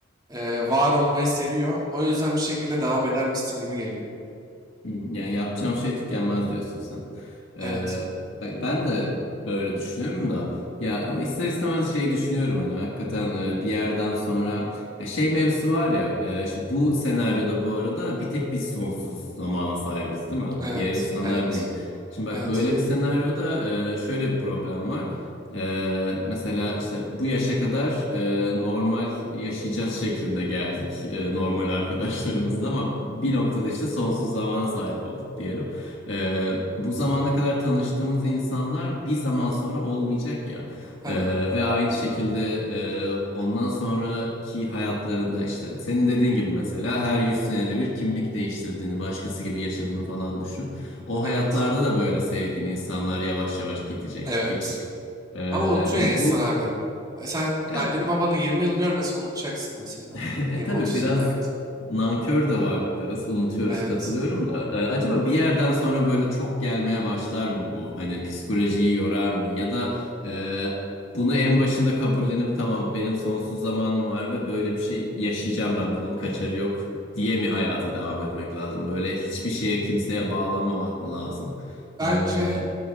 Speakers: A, on the right (about 20°); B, on the left (about 75°).
A: e, var olmayı seviyor. O yüzden bir şekilde devam eder misin gibi geliyor.
B: Hmm, Yani yapacağım şey tükenmez diyorsun sen. Ee,
A: Evet.
B: ben ben de böyle düşünüyorum da ya ama ister istemez şeyi düşünüyorum hani hakikaten e, bir yerden sonra ya şey mevzusu var ya e, şimdi bu senaryoda bu arada bir tek biz sonsuz zamana sahibiz değil mi?
A: Evet.
B: Diğer insanlar
A: Evet.
B: değil. Şimdi bak
A: Evet.
B: böyle bir senaryoda e, şöyle bir problem var. Ee, mesela işte bu yaşa kadar e, normal yaşayacağız şeklinde geldik e, normal arkadaşlarımızla ama bir noktada işte sonsuz zamana sahip olduk diyelim. Ee, bu zamana kadar tanıştığımız insanlar bir zaman sonra olmayacak ya
A: Tabii.
B: Ee, ve aynı şekilde e, ondan sonraki hayatlarında işte senin dediğin gibi mesela her 100 senede bir kimlik değiştirdiğini başkası gibi yaşadığını falan düşün. O
A: Evet.
B: hayatlarda da böyle sevdiğin insanlar yavaş yavaş gidecek,
A: Evet.
B: geçecek. Ee,
A: Ama unutuyor
B: ya
A: ya insan
B: bu
A: abi. E, Sen
B: ya
A: anneni babanı 20 yıl görmesen unutacaksın mesela
B: <laughs>
A: bence.
B: e
A: 20-30
B: tabii biraz
A: yıl. Evet.
B: nankör de varlıklarız. Unutuyoruz,
A: Evet.
B: katılıyorum da. Ee, acaba bir yerden sonra böyle çok gelmeye başlar mı bu? Hani psikolojiyi yorar mı? Ya da e, bunu en başında kabullenip tamam benim sonsuz zamanım var ve böyle bir şey yaşayacağım ben bunun kaçarı yok diye mi hayata devam etmek lazım? Böyle hiçbir şeye kimseye bağlanmamak mı lazım?
A: Bence
B: Ee,